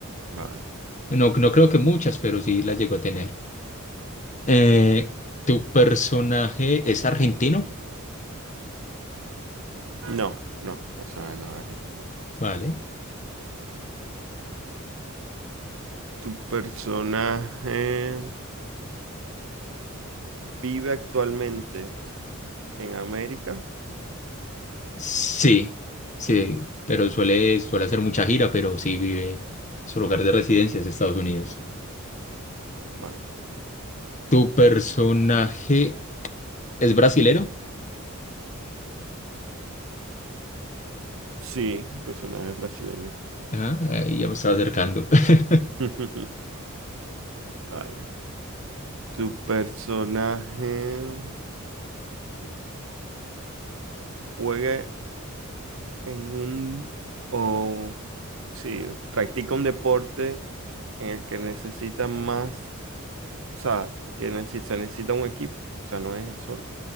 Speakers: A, on the right (about 65°); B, on the left (about 35°).
A: Vale.
B: No, no creo que muchas, pero sí las llegó a tener. Eh,
A: ok.
B: ¿tu personaje es argentino?
A: No, no, personaje no es argentino.
B: Vale.
A: ¿Tu personaje vive actualmente en América?
B: Sí, sí,
A: Ok,
B: pero suele, suele hacer mucha gira, pero sí vive, su lugar de residencia es Estados Unidos.
A: vale.
B: ¿Tu personaje es brasilero?
A: Sí, un personaje brasileño.
B: Ah, ahí ya me estaba acercando. <laughs>
A: <laughs> Vale. ¿Tu personaje juega en un o sí, practica un deporte en el que necesita más, o sea, que necesita, necesita un equipo, o sea, no es el sol.